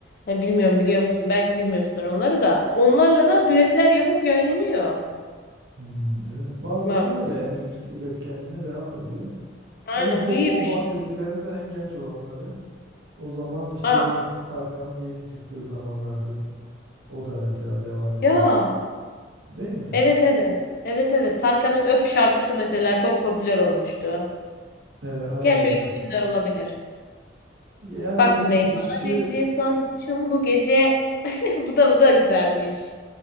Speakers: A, on the left (about 55°); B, on the right (about 80°).
A: Ya bilmiyorum biliyor musun? Belki bilmiyorsun onları da. Onlarla da düetler yapıp yayınlıyor.
B: Hmm, evet bazıları
A: Bak
B: öyle yani üret- üretkenliğine devam ediyor.
A: aynen
B: Tabii bu
A: bu iyi
B: o
A: bir şey.
B: bahsettiklerimizden en genç olanları. O zaman işte
A: Aa,
B: yine Tarkan'ın yeni çıktığı zamanlardı. o da mesela devam ediyor
A: ya
B: hal- değil mi?
A: evet evet. Evet evet. Tarkan'ın Öp şarkısı mesela çok popüler olmuştu.
B: Ee, aynen
A: Gerçi o
B: ya.
A: iki binler olabilir.
B: Yani
A: Bak
B: o
A: meyhaneci
B: çıkışı
A: sarhoşum bu gece. <laughs> Bu da bu da güzelmiş.